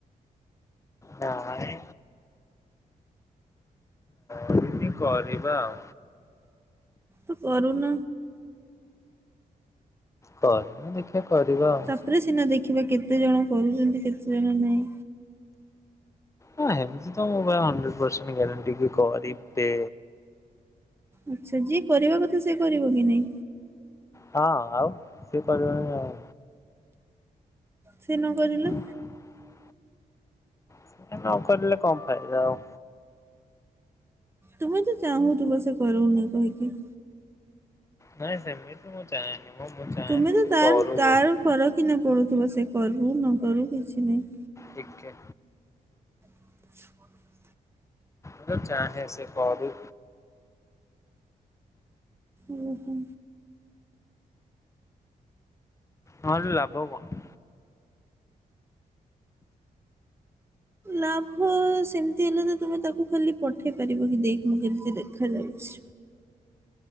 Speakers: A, on the left; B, on the right.
A: ନାଇଁ କରିନି, କରିବା ଆଉ।
B: ତ କରୁନ।
A: କରୁନି ଦେଖିବା କରିବା ଆଉ।
B: ତାପରେ ସିନା ଦେଖିବା କେତେ ଜଣ କରୁଛନ୍ତି କେତେ ଜଣ ନାହିଁ?
A: ହଁ ଏମତି ତ ମୋ ପାଇଁ ହଣ୍ଡ୍ରେଡ ପରସେଣ୍ଟ ଗ୍ୟାରେଣ୍ଟି ବି କରିବେ।
B: ଆଚ୍ଛା। ଯିଏ କରିବା କଥା ସିଏ କରିବ କି ନାଇଁ?
A: ହଁ ଆଉ। ସିଏ କରିବନି ଆଉ
B: ସିଏ ନକରିଲେ?
A: <unintelligible> ସିଏ ନକରିଲେ କଣ ଫାଇଦା ଆଉ।
B: ତୁମେ ତ ଚାହୁଁଥିବ ସେ କରଉନି କହିକି।
A: ନାଇଁ ସେମିତି ମିତି ମୁଁ ଚାହେଁନି। ମୁଁ ମୁଁ ଚାହେଁ
B: ତୁମେ
A: କି
B: ତ
A: ସେ
B: ତାର
A: କରୁ
B: ତାର
A: ବୋଲି
B: ଫରକ ହି ନ ପଡୁଥିବ ସେ କରିବୁ ନ କରିବୁ କିଛି ନାହିଁ।
A: ଦେଖିଆ।
B: ହ
A: ମୁଁ ତ ଚାହେଁ ସେ କରୁ।
B: ଉଁ ହୁଁ।
A: ହଁ ରେ ଲାଭ କଣ?
B: ଲାଭ ସେମତି ହେଲେ ତୁମେ ତାକୁ ଖାଲି ପଠେଇ ପାରିବ କି, ଦେଖ ମୁଁ କେମତି ଦେଖାଯାଉଛି?